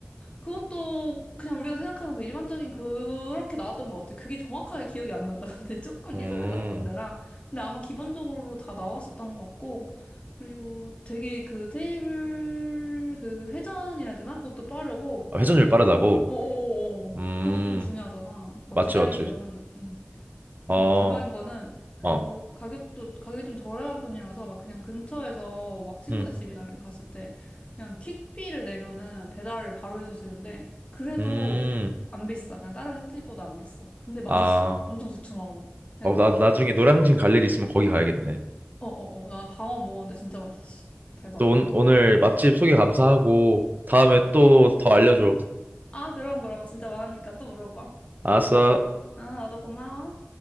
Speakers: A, on the left; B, on the right.
A: 그것도 그냥 우리가 생각하는 그 일반적인 그렇게 나왔던 것 같아. 그게 정확하게 기억이 안 난다. <laughs> 근데 조금
B: 음,
A: 예전에 갔던 데랑. 근데 아마 기본적으로 다 나왔었던 것 같고. 그리고 되게 그 테이블 그 회전이라 해야 되나? 그것도 빠르고.
B: 아, 회전율 빠르다고?
A: 어어어
B: 음,
A: 그것도 좀 중요하잖아. 막
B: 맞지
A: 기다리고
B: 맞지.
A: 이러면, 음. 그리고
B: 어,
A: 대박인 거는 그
B: 어,
A: 가격도 가격이 좀 저렴한 편이라서 막 그냥 근처에서 막 친구네
B: 음,
A: 집이나 이런 데 갔을 때 그냥 퀵비를 내면은 배달을 바로 해주시는데 그래도
B: 음.
A: 안 비싸. 그냥 다른 횟집보다 안 비싸. 근데 맛있어.
B: 아,
A: 엄청 두툼하고 해가.
B: 어, 나 나중에 노량진 갈 일이 있으면 거기 가야겠네.
A: 어어어. 난 방어 먹었는데 진짜 맛있었어. 대박.
B: 또 온- 오늘 맛집 소개 감사하고 다음에 또 더 알려줘.
A: 아 그럼 그럼 진짜 많으니까 또 물어봐.
B: 알았어.
A: 아 나도 고마워.